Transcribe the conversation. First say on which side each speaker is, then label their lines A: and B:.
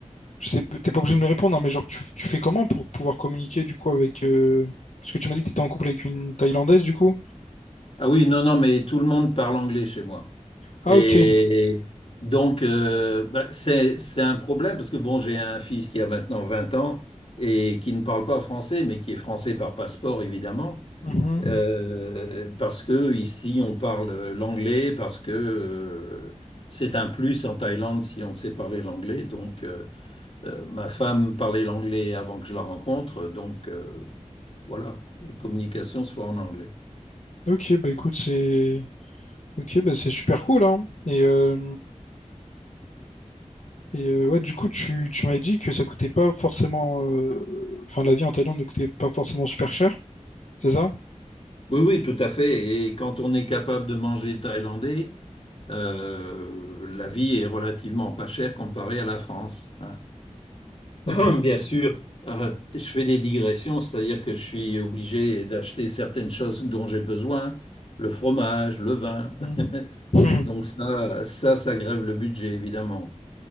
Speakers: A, on the left; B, on the left.
A: je sais, t'es pas obligé de me répondre, hein, mais genre, tu, tu fais comment pour pouvoir communiquer du coup avec, euh, parce que tu m'as dit que t'étais en couple avec une Thaïlandaise du coup.
B: Ah oui, non, non, mais tout le monde parle anglais chez moi.
A: Ah
B: Et
A: ok.
B: donc, euh, bah, c'est, c'est un problème parce que bon, j'ai un fils qui a maintenant 20 ans et qui ne parle pas français, mais qui est français par passeport, évidemment,
A: Mhm.
B: euh, parce que ici, on parle l'anglais, parce que euh, c'est un plus en Thaïlande si on sait parler l'anglais. Donc, euh, euh, ma femme parlait l'anglais avant que je la rencontre, donc euh, voilà, les communications se font en anglais.
A: Ok, bah écoute, c'est, ok, bah c'est super cool, hein. Et, euh, et euh, ouais, du coup, tu, tu m'avais dit que ça coûtait pas forcément, euh, enfin, la vie en Thaïlande ne coûtait pas forcément super cher, c'est ça?
B: Oui, oui, tout à fait. Et quand on est capable de manger thaïlandais, Euh, la vie est relativement pas chère comparée à la France. hein.
A: Ok.
B: <clears throat>
A: ouais.
B: Bien sûr, euh, je fais des digressions, c'est-à-dire que je suis obligé d'acheter certaines choses dont j'ai besoin, le fromage, le vin.
A: Mhm. <laughs>
B: Donc ça, ça, ça grève le budget, évidemment.